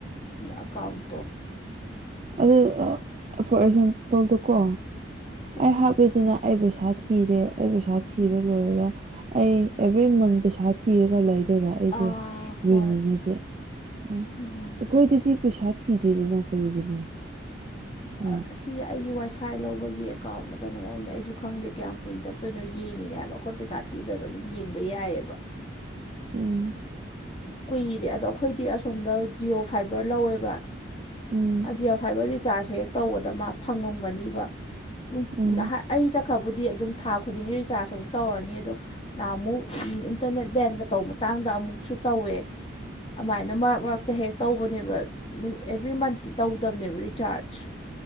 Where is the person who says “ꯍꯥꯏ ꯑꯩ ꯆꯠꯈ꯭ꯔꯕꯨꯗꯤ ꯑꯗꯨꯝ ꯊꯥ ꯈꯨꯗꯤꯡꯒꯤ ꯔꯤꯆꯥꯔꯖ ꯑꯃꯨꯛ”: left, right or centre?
Left